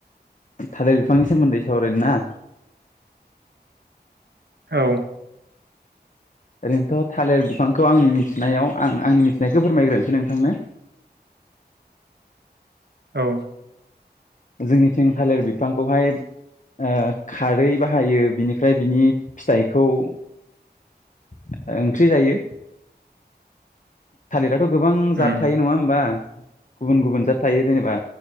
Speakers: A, on the left (about 45°); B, on the right (about 75°).
A: थालिर बिफांनि सोमोन्दै सावरायनो ना?
B: औ
A: ओरैनोथ' थालिर बिफांखौ आंनि मिथिनायाव आं आंनि मिथिनायखौ फोरमायग्रोनोसै नोंथांनो।
B: औ
A: जोंनिथिं थालिर बिफांखौहाय ओ खारै बाहायो बिनिफ्राय बिनि फिथाइखौ ओ थालिरा। गोबां जाद
B: उम
A: थायो नङा होमबा। गुबुन गुबुन जा थायो जेनेबा